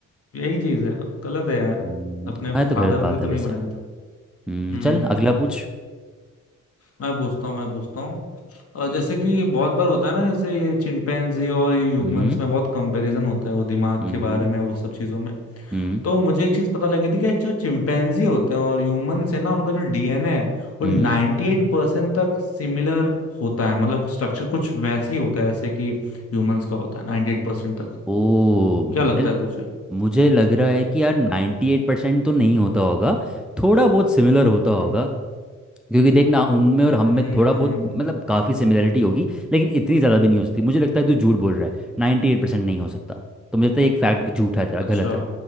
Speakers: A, on the left; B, in the centre.
A: यही चीज है गलत है यार
B: हम्म,
A: अपने
B: हाँ ये तो
A: फादर
B: गलत
A: के
B: बात
A: लिए तो
B: है
A: नहीं
B: वैसे
A: बनाया था
B: हम्म
A: हम्म
B: चल अगला पूछ
A: मैं पूछता हूँ मैं पूछता हूँ और जैसे कि ये बहुत बार होता है ना जैसे ये चिंपैंजी और ये ह्यूमंस
B: हम्म
A: में बहुत कंपैरिजन होता है वो दिमाग
B: हम्म
A: के बारे में वो सब चीजों में
B: हम्म
A: तो मुझे एक चीज पता लगी थी कि जो चिंपैंजी होते हैं और ह्यूमन से ना उनका जो डीएनए है वो
B: हम्म
A: 98% परसेंट तक सिमिलर होता है मतलब स्ट्रक्चर कुछ वैसे ही होता है जैसे कि ह्यूमंस का होता है 98% परसेंट तक
B: ओ
A: क्या
B: वेल
A: लगता है तुझे
B: मुझे लग रहा है कि यार 98% तो नहीं होता होगा थोड़ा बहुत सिमिलर होता
A: हम्म
B: होगा क्योंकि देखना उनमें और हम
A: हम्म,
B: में थोड़ा बहुत मतलब काफ़ी सिमिलरिटी होगी लेकिन इतनी ज़्यादा भी नहीं हो सकती मुझे लगता है तू झूठ बोल रहा है 98% नहीं हो सकता तो मुझे लगता है एक फैक्ट झूठा है तेरा
A: अच्छा
B: गलत है